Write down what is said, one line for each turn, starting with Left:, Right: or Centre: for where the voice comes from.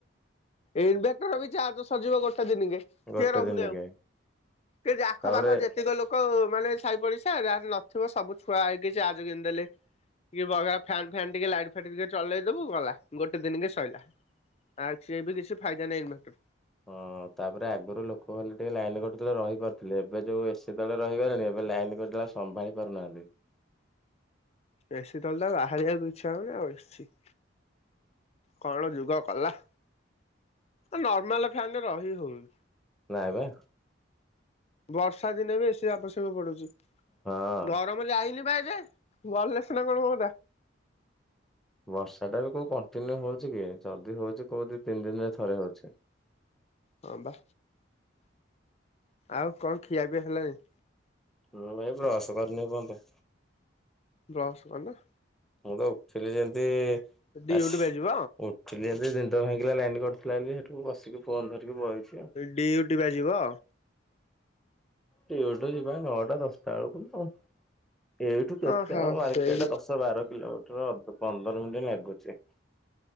Left: ଇନଭଟର ବି ଚାର୍ଜ ସରିଯିବ ଗୋଟେ ଦିନ ରେ। ସେ
Centre: ଗୋଟେ
Left: ରହୁନି
Centre: ଦିନକେ
Left: ଆଉ ସେ ଆଖ
Centre: ତାପରେ
Left: ପାଖ ଯେତେ ଏତିକ ଲୋକ ମାନେ ସାଇପଡ଼ିଶା ଯାହାର ନଥିବ ସବୁ ଛୁଆ ଆଇକି ଚାର୍ଜ କିଣି ଦେଲେ। ଫନ୍ ଫନ୍ ଟିକେ ଲାଇଟ୍ ଫାଇଟ୍ ଟିକେ ଚଲେଇଦବୁ ଗଲା ଗୋଟେ ଦିନ କି ସଇଲା। ଆଉ ସେ ବି କିଛି ଫାଇଦା ନହିଁ ଇନଭଟର।
Centre: ହଁ ତାପରେ ଆଗରୁ ଲୋକ ହେଲେ ଟିକେ ଲାଇନ୍ କଟିଗଲେ ରହିପାରୁଥିଲେ ଏବେ ଯୋଉ ଏସି ତଳେ ରହିଗଲେଣି ଏବେ ଲାଇନ୍ ଗ ସମ୍ଭାଳି ପାରୁନାହାନ୍ତି।
Left: ଏସିଟା ହେଲେ ବାହାରିବାକୁ ଇଚ୍ଛା ହଉନି ଆଉ ଏସି କଣ ଯୁଗ କଲା? ନର୍ମାଲ ଫ୍ୟାନରେ ରହି ହଉନି।
Centre: ନା ବା।
Left: ବର୍ଷା ଦିନରେ ସେ ଆବଶ୍ୟକ ପଢ଼ୁଛି।
Centre: ହଁ
Left: ଗରମ ଯଇନି ବା ଏଯାଏ ଗଲେ ସିନା କଣ ହୁ।
Centre: ବର୍ଷା ଟା ବି କଉ କଣ୍ଟିନ୍ୟୁ ହଉଛି କି ଜଦି ହଉଛି କଉ ଦି ତିନି ଦିନରେ ଥରେ ହଉଛି।
Left: ହଁ ବା ଆଉ କଣ ଖିଆପିଆ ହେଲଣିି?
Centre: ହଁ ଭାଇ ବ୍ରସ କରିନି ଏପର୍ଯ୍ୟନ୍ତ।
Left: ବ୍ରସ୍ କରି। ନ
Centre: ମୁଁ ତ ଉଠିଲି ଯେମତି
Left: ଡିଉଟି
Centre: ଆସ୍
Left: ବା ଯିବ
Centre: ଯେମିତି ନିଦ ଭାଙ୍ଗିଲା ଲାଇନ୍ କଟିଥିଲା ବୋଲି ସେଠୁ ବସିକି ଫୋନ ଧରିକି ବଇଛି ଆଉ।
Left: ଡିଉଟି ବା ଯିବ।
Centre: ଡ୍ୟୁଟି ଯିବା ନଅଟା ଦଶଟା ବେଳକୁ। ଏଇଠୁ କେତେ
Left: ଓହୋ
Centre: ଆମ ମାର୍କେଟ
Left: ସେଇ
Centre: ଦଶ ବାର କିଲୋମିଟର ପନ୍ଦର ମିନିଟ ଲାଗୁଛି।